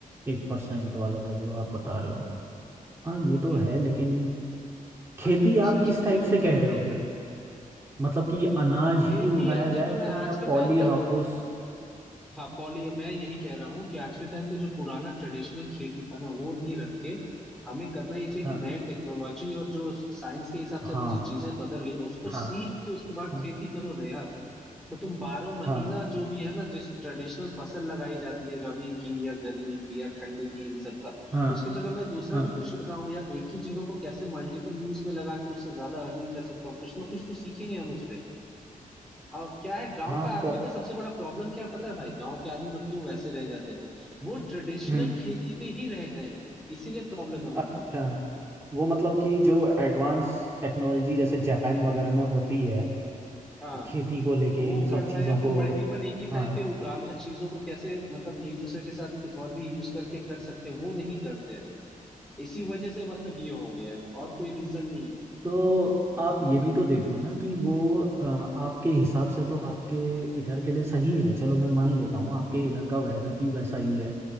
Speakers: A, on the right; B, in the centre.
A: एक परसेंट वाला जो आप बता रहे हो हाँ ये
B: ठीक
A: तो
B: है
A: है लेकिन खेती
B: और फिर दूसरा
A: आप किस
B: चीज
A: टाइप
B: देखो
A: से कह
B: खेती
A: रहे हो फिर मतलब कि अनाज
B: खेती
A: ही उगाया
B: यार देखो
A: जाए उसमें
B: मैं आज
A: या
B: के
A: पॉली
B: टाइम
A: हाउस
B: पे हाँ पॉली मैं यही कह रहा हूँ कि आज के टाइम पे जो पुराना ट्रेडिशनल खेती था ना वो नहीं रख के हमें करना ये चाहिए
A: हाँ
B: कि नए टेक्नोलॉजी और जो साइंस के हिसाब
A: हाँ
B: से अभी जो चीजें बदल गई ना उसको
A: हाँ
B: सीख के उसके बाद
A: हाँ
B: खेती करो ना यार तो तुम बारह महीना
A: हाँ
B: जो भी है ना जिस ट्रेडिशनल फसल लगाई जाती है रबी की या गर्मी की या ठंडी की इन सब का
A: हाँ
B: उसकी जगह मैं दूसरा
A: हाँ
B: भी कुछ लगाऊं या एक ही जगह को कैसे मल्टीपल यूज में लगा के उससे ज्यादा अर्निंग कर सकता हूँ कुछ ना कुछ तो सीखेंगे हम उसपे हाँ क्या है गांव
A: हाँ
B: का आदमी
A: का
B: का सबसे बड़ा प्रॉब्लम क्या है पता है भाई गांव के आदमी लोग क्यों वैसे रह जाते हैं वो ट्रेडिशनल
A: हम्म
B: खेती पे ही रह गए हैं इसीलिए प्रॉब्लम है उनका
A: अच्छा वो मतलब कि जो एडवांस टेक्नोलॉजी जैसे जापान वगैरह में होती है
B: हाँ
A: खेती को लेके
B: वो
A: इन सब
B: करना
A: चीज़ों
B: या फिर
A: को
B: मल्टीपल एक ही
A: हाँ
B: टाइम पे उगाना चीजों को कैसे मतलब एक दूसरे के साथ कुछ और भी यूज करके कर सकते हैं वो नहीं करते हैं इसी वजह से मतलब ये हो गया है और कोई रीजन नहीं है
A: तो आप ये भी तो देखो ना कि वो अ, आपके हिसाब से तो आपके इधर के लिए सही है चलो मैं मान लेता हूँ आपके इधर का वेदर भी वैसा ही है